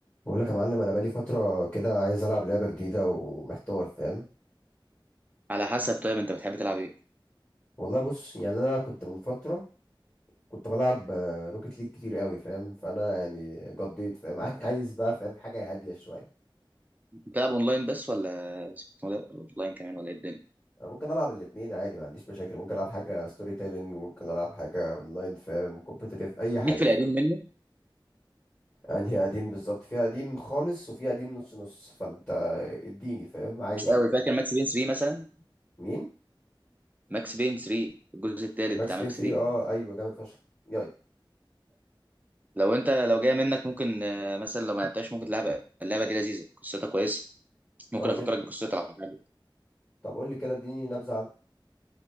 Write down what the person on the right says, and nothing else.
على حسب طيب انت بتحب تلعب ايه
بتلعب اونلاين بس ولا اسمه ده اوفلاين كمان ولا ايه الدنيا
ليك في القديم
منه
مش قوي فاكر ماكس بين 3 مثلا
ماكس بين 3 الجزء الثالث
بتاع
ماكس
بين
لو انت لو جايه منك ممكن آه، مثلا لو ما لعبتهاش ممكن تلعب اللعبه دي لذيذه قصتها كويسه ممكن
افكرك
بقصتها لو حابب.